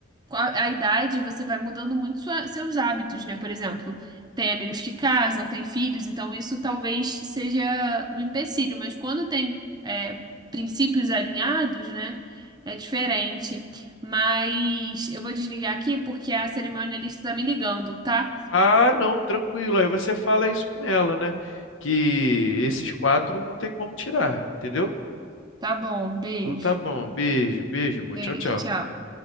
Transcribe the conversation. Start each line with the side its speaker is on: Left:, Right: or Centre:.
Right: com a, a idade, você vai mudando muito sua- seus hábitos, né? Por exemplo, tem amigos que casam, tem filhos, então isso talvez seja um empecilho, mas quando tem é, princípios alinhados, né? É diferente. Mas eu vou desligar aqui porque a cerimonialista tá me ligando, tá?
Left: Ah, não, tranquilo. Aí você fala isso com ela, né? Que esses quatro não tem como tirar, entendeu?
Right: Tá bom, beijo.
Left: Então tá bom. Beijo, beijo, amor.
Right: Beijo,
Left: Tchau, tchau.
Right: tchau.